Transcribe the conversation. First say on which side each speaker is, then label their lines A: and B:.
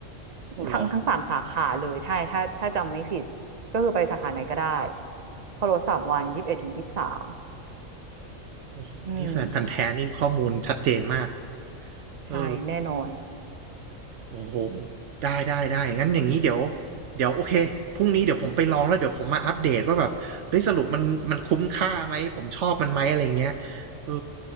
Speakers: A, on the right (about 70°); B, on the right (about 45°).
A: โอ้เหรอ
B: ทั้งทั้งสามสาขาเลยถ้าถ้าถ้าจำไม่ผิดก็คือไปสาขาไหนก็ได้เขาลดสามวันยี่สิบเอ็ดถึงยี่สิบสาม
A: โอ้โหนี่แฟนพันธุ์แท้นี่ข้อมูลชัดเจนมาก
B: อืมใช่แน่นอน
A: เออโอ้โหได้ได้ได้งั้นอย่างนี้เดี๋ยวเดี๋ยวโอเคพรุ่งนี้เดี๋ยวผมไปลองแล้วเดี๋ยวผมมาอัปเดตว่าแบบเฮ้ยสรุปมันมันคุ้มค่าไหมผมชอบมันไหมอะไรเงี้ยเออ